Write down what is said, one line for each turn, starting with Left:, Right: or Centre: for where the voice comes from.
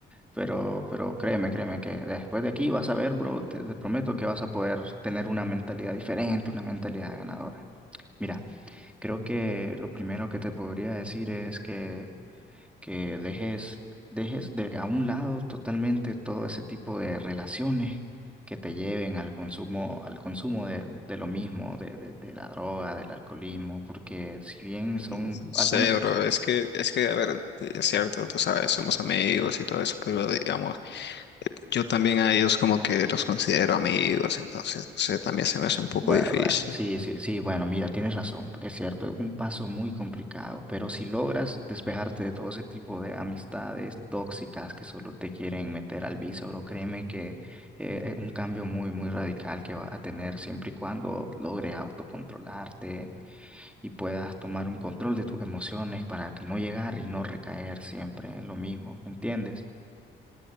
Centre: pero, pero créeme, créeme que después de aquí vas a ver, bro, te, te prometo que vas a poder tener una mentalidad diferente, una mentalidad ganadora. Mira, creo que lo primero que te podría decir es que, que dejes, dejes de a un lado totalmente todo ese tipo de relaciones que te lleven al consumo, al consumo de, de lo mismo, de, de, de la droga, del alcoholismo, porque si bien son
Left: No
Centre: algunas
Left: sé, bro, es que, es que, a ver, es cierto, tú sabes, somos amigos y todo eso, pero digamos, yo también a ellos como que los considero amigos, entonces, no sé, también se me hace un poco
Centre: Bueno,
Left: difícil.
Centre: bueno, sí, sí, sí, bueno, mira, tienes razón, es cierto, es un paso muy complicado, pero si logras despejarte de todo ese tipo de amistades tóxicas que solo te quieren meter al bíceps, créeme que eh, es un cambio muy, muy radical que vas a tener siempre y cuando logres autocontrolarte y puedas tomar un control de tus emociones para que no llegar y no recaer siempre en lo mismo, ¿entiendes?